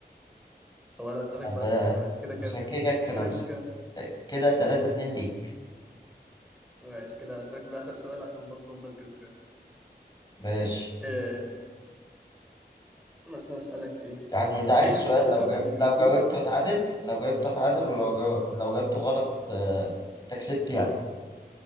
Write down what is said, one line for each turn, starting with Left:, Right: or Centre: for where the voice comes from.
Centre: طب انا اسالك
Left: يعني
Centre: بقى
Left: ب-
Centre: اخر سؤال كده كام
Left: بشككك في نفسك
Centre: كده كام كام
Left: كده تلاتة اتنين ليك
Centre: ماشي كده اسالك بقى اخر سؤال عشان برضه افضل كسبان
Left: ماشي
Centre: إيه مثلا اسالك ايه
Left: يعني ده آخر
Centre: ايه
Left: سؤال
Centre: الكوكب
Left: لو جا...
Centre: اللي بيدور
Left: لو جاوبته اتعادل لو جاوبته اتعادل ولو جا... لو جاوبته غلط آه... انت كسبت يعني